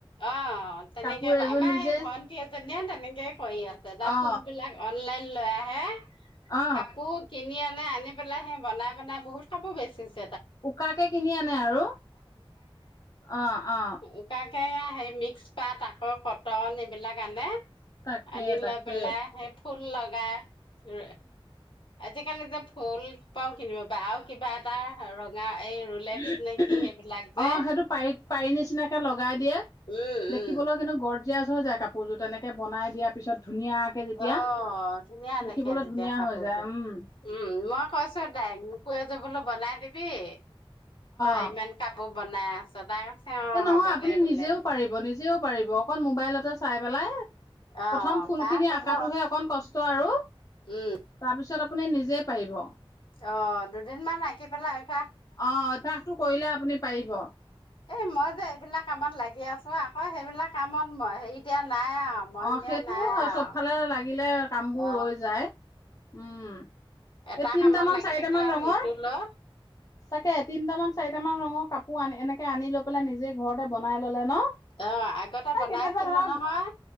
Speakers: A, on the left (about 60°); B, on the left (about 40°).
A: অহ। তেনেকে
B: কাপোৰ এযোৰ
A: আমাৰ
B: নিজে
A: এই ভন্টি এজনীয়ে তেনেকে কৰি আছে তাৰ
B: অ
A: ফুল বিলাক অনলাইন। লৈ আহে।
B: অ
A: কাপোৰ কিনি আনে, আনি পেলাই সে বনাই-বনাই বহুত কপোৰ বেছিচে।
B: উকাকে কিনি আনে আৰু অ। অ
A: উকা কে সেয়া মিক্স পাত আকৌ কটন এইবিলাক আনে।
B: তাকে
A: আনি লৈ
B: তাকে
A: পেলাই হে ফুল লগায়। উম আজিকালি যে ফুল ফুল পাও কিনিব প আৰু কিবা এটা ৰঙা, এই ৰুলেক্স
B: অ'
A: নে কি সেইবিলাক যে
B: সেইটো পাৰি, পাৰি নিচিনাকে লগাই দিয়ে
A: উম উম
B: দেখিবলৈ কিন্তু গড জিয়চ হৈ যায় কাপোৰযোৰ তেনেকৈ বনাই দিয়াৰ পিছত। ধুনীয়াকে যেতিয়া
A: অ' ধুনীয়া
B: দেখিবলৈ
A: দেখে তেতিয়া
B: ধুনীয়া
A: কাপোৰযোৰ,
B: হৈ যায় উম
A: উম' মই কৈছো তাইক মোকো এযোৰ বোলো বনাই দিবি। দিবি। তই
B: অ
A: ইমান কাপোৰ বনাই আছ তাই কৈছে অ'
B: এ নহয়
A: হ'ব
B: আপুনি
A: দে বোলে
B: নিজেও পাৰিব নিজ নিজেও পাৰিব অকণ মোবাইলতে চাই পেলাই।
A: অ'
B: প্ৰথম ফুল
A: পাৰা
B: খিনি
A: যাব
B: আকাটোহে অকন কষ্ট। কষ্ট আৰু
A: উম
B: তাৰ পিছত আপুনি নিজ যে পাৰিব।
A: অঁ দুদিন মান আঁকি পেলাই অ
B: অ অভ্যাসটো কৰিলে আপুনি পাৰিব।
A: এই মই যে এইবিলাক কামত লাগি আছো আকৌ সেইবিলাক কামত মই হেৰি দিয়া নাই আৰু মন
B: অ',
A: দিয়া
B: সেইটোও
A: নাই
B: হয়
A: আৰু
B: চবফালে লাগিলে কামবোৰ
A: অ
B: ৰৈ যায়। উম
A: এটা
B: এই তিনটামান
A: কামত লাগি
B: চাৰিটামান
A: থাকিলে আৰু
B: ৰঙৰ,
A: ইটো লৈ
B: তাকে তিনটামান চাৰিটামান ৰঙৰ কাপু কাপোৰ এনেকে আনি লৈ পেলাই নিজেই ঘৰতে বনাই ললে ন
A: অঁ, আগতে বনাইছিলো
B: এই কেতিয়াবা ধৰক
A: নহয়।